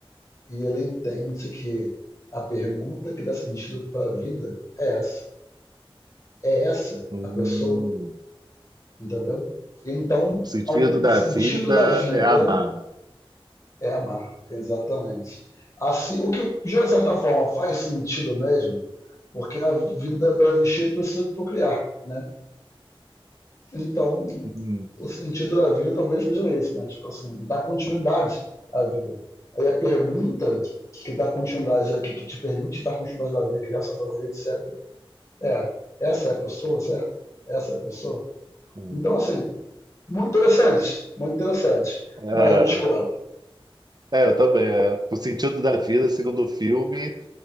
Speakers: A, on the left (about 30°); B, on the right (about 45°).
A: E ele entende que a pergunta que dá sentido para a vida é essa: é essa
B: hum.
A: a pessoa entendeu? Então,
B: O sentido
A: o
B: da
A: sentido
B: vida
A: da vida
B: é amar.
A: é amar, exatamente. Assim, o que de certa
B: Ah,
A: forma faz sentido mesmo, porque a vida para existir precisa procriar, né? Então,
B: hum,
A: o sentido da vida talvez seja esse, né? Tipo assim, dar continuidade à vida. Aí a pergunta que dá continuidade aqui, que te permite dar continuidade à vida, criar sua família, etc. É, essa é a pessoa, certo? Essa é a pessoa.
B: hum.
A: Então, assim, Muito interessante, muito interessante,
B: É,
A: mas eu discordo.
B: é, eu também. é. O sentido da vida, segundo o filme,